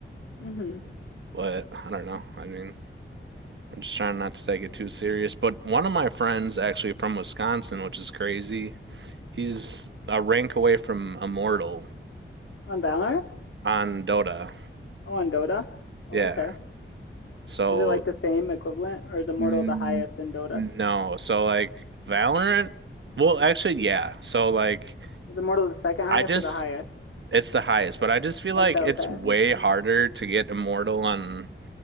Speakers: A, on the left (about 85°); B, on the right (about 65°).
A: hmm
B: But I don't know. I mean, I'm just trying not to take it too serious. But one of my friends, actually from Wisconsin, which is crazy, he's a rank away from Immortal
A: On Valorant?
B: on Dota.
A: Oh, on Dota? Oh,
B: Yeah.
A: okay.
B: So,
A: Is it like the same equivalent, or is Immortal
B: n-
A: the highest in Dota?
B: no. So, like, Valorant, well, actually, yeah. So, like,
A: Is Immortal the second highest
B: I just,
A: or the highest?
B: it's the highest, but I just feel
A: Okay,
B: like
A: okay.
B: it's way harder to get Immortal on